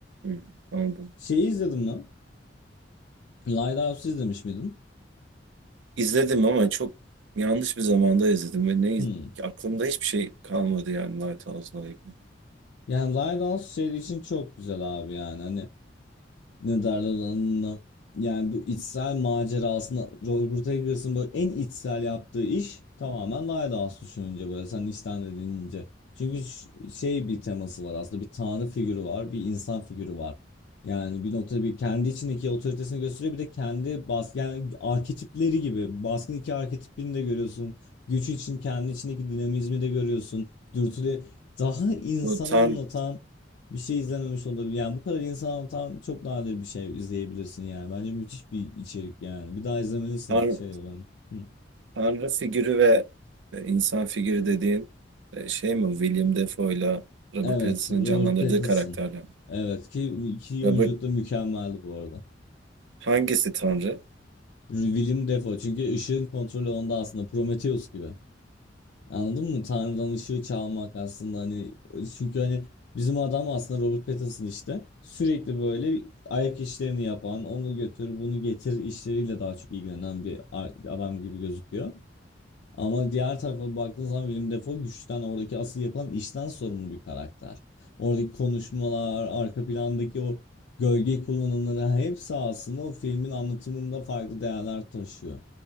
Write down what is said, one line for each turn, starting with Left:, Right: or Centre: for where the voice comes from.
Right: Hı. Anladım.
Left: Şeyi izledin mi? Lighthouse'u izlemiş miydin?
Right: İzledim ama çok yanlış bir zamanda izledim ve ne iz-
Left: Hmm.
Right: aklımda hiçbir şey kalmadı yani Lighthouse'la ilgili.
Left: Yani Lighthouse şey için çok güzel abi yani. Hani ne derler ona? Yani bu içsel macerasında Robert Eggers'ın böyle en içsel yaptığı iş tamamen Lighthouse düşününce böyle sen içten dediğince. Çünkü ş- şey bir teması var aslında bir tanrı figürü var bir insan figürü var. Yani bir noktada bir kendi içindeki otoritesini gösteriyor bir de kendi bas yani arketipleri gibi baskın iki arketipini de görüyorsun. Güç için kendi içindeki dinamizmi de görüyorsun. Dürtüle daha insanı
Right: Bu tan
Left: anlatan bir şey izlememiş olabilir. Yani bu kadar insan anlatan çok nadir bir şey izleyebilirsin yani. Bence müthiş bir içerik yani. Bir daha izlemelisin
Right: tan-
Left: şey olanı. Hı.
Right: tanrı figürü ve e, insan figürü dediğin e, şey mi? William Defoe'yla Robert
Left: Evet,
Right: Pattinson'ın
Left: Robert
Right: canlandırdığı
Left: Pattinson.
Right: karakterler. mi?
Left: Evet ki iki
Right: Robert
Left: oyunculuk da mükemmeldi bu arada.
Right: hangisi tanrı?
Left: Willem Dafoe çünkü ışığın kontrolü onda aslında Prometheus gibi. Anladın mı? Tanrı'dan ışığı çalmak aslında hani çünkü hani bizim adam aslında Robert Pattinson işte sürekli böyle bir ayak işlerini yapan onu götür bunu getir işleriyle daha çok ilgilenen bir ar- adam gibi gözüküyor. Ama diğer tarafa baktığın zaman Willem Dafoe güçten, oradaki asıl yapılan işten sorumlu bir karakter. Oradaki konuşmalar, arka plandaki o gölge kullanımları hepsi aslında o filmin anlatımında farklı değerler taşıyor.